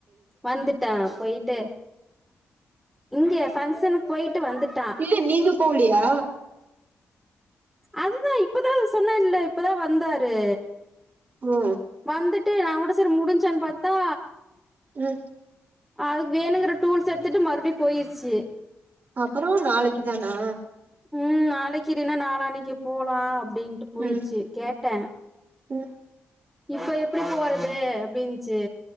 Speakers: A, in the centre; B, on the right (about 50°).
A: வந்துட்டா போயிட்டு இங்க ஃபங்க்ஷனுக்கு போயிட்டு வந்துட்டா
B: இல்ல நீங்க போலியா
A: அதுதா இப்பதா சொன்னன்ல இப்பதா வந்தாரு
B: ஒ
A: வந்துட்டு நா கூட சரி முடிஞ்சான்னு பாத்தா
B: ம்
A: அதுக்கு வேணுங்கிற டூல்ஸ் எடுத்துட்டு மறுபடியு போயிருச்சு
B: அப்பற நாளைக்கி தானா
A: ம் நாளைக்கி இல்லனா நாளானைக்கி போலா அப்டின்டு போயிருச்சி
B: ம்
A: கேட்ட
B: ம்
A: இப்ப எப்டி போறது அப்டின்ச்சு